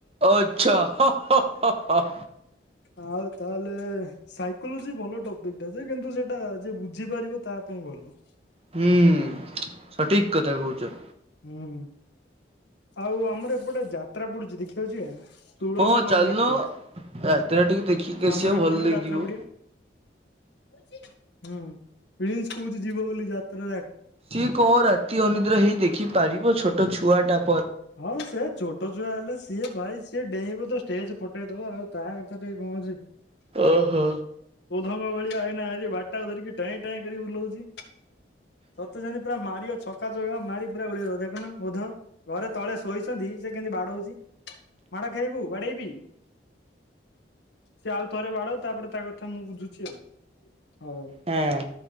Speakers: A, on the right (about 35°); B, on the left (about 75°).
A: ଆଛା। ହାଃ ହାଃ ହାଃ
B: ଆଉ ତାହେଲେ ସାଇକୋଲୋଜି ଭଲ ଟପିକ ଟା ଯେ କିନ୍ତୁ ସେଟା ଯ ବୁଝିପାରିବ ତା ପାଇଁ ଭଲ।
A: ହୁଁ ସଠିକ କଥା କହୁଛ।
B: ହୁଁ ଆଉ ଆମର ଏପଟେ ଯାତ ଯାତ୍ରା ପଡୁଛି ଦେଖିବାଉଛି ତୁଳସୀ
A: ହଁ
B: ଗୋଳ
A: ଚାଲୁନ
B: ନାଟ୍ୟ
A: ରାତିରେ ଟିକେ ଦେଖିକି ଆସିବା
B: ଆମର
A: ଭଲ
B: ଏପଟେ
A: ଲାଗିବ।
B: ଯାତ୍ରା ପଡିଆ। ହୁଁ ପ୍ରିନ୍ସ କୋହୁଛି ଯିବ ବୋଲି ଯାତ୍ରା।
A: ଶିଖ ଓ ଅତି ଓ ନିିଦ୍ରା ହ ଦେଖିପାରିବ ଛୋଟ ଛୁଆ ଟା।
B: ହଁ ସେ ଛୋଟ ଛୁଆ ହେଲେ ସିଏ ଭାଇ ସିଏ ଡେଇଁବୋ ତ ଷ୍ଟେଜ ପଠେଇଦବ ଆଉ ତା କଥା ଟିକେ କଣ ଅଛି।
A: ଓହୋ।
B: ଙ୍ଗ ଭଳିଆ ହେଇ ବାଟା ଧରିକି ଟାଏଁ ଟାଏଁ କରି ବୁଲଉଛି। ସତେ ଯେମତି ପୁରା ମାରିବ ଛକ ପକା ଜଗା ମାରି ପୁରା ଉଡ଼େଇ ଦେଖନ ଓଧ ଘରେ ତଳେ ଶୋଇଛନ୍ତି। ସେ କେମିତି ବାଡଉଛି ମାଡ ଖାଇବୁ ବାଡେଇବି ସେ ଆଉ ଥରେ ବାଡଉ ତାପରେ ତା କଥା ମୁଁ ବୁଝୁଛି ଆଉ ହଉ
A: ହଁ।